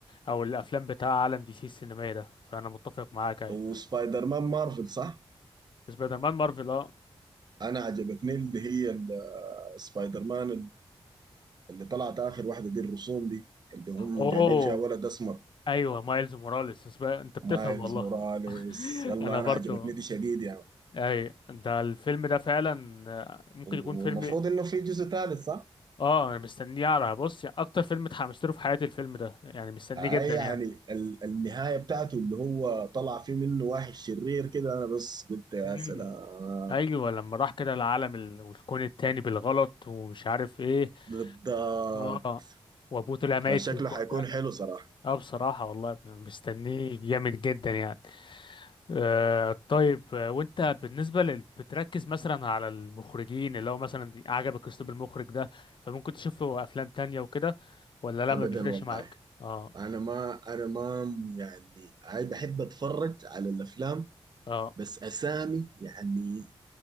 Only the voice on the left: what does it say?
او الافلام بتاع عالم دي سي السينمائي ده فانا متفق معاك ايوه
سبايدر مان مارفل اه
اوه
ايوه مايلز موراليس بس بقى- انت بتفهم
والله
<laughs>
انا برضو
اي ده الفيلم ده فعلا آه، ممكن
يكون فيلم
اه انا مستنيه على بص يعني اكتر فيلم اتحمست له في حياتي الفيلم ده يعني مستنيه
جدا
يعني
امم
ايوه لما راح كده العالم ال- والكون التاني بالغلط ومش عارف ايه
اه وابوه طلع ميت
في الكون
ده
اه بصراحه والله مستنيه جامد جدا يعني آه طيب آه، وانت بالنسبة لل... بتركز مثلا على المخرجين اللي هو مثلا دي- عجبك اسلوب المخرج ده فممكن تشوف له افلام تانية وكده ولا لا
ما بيفرقش
معاك اه
اه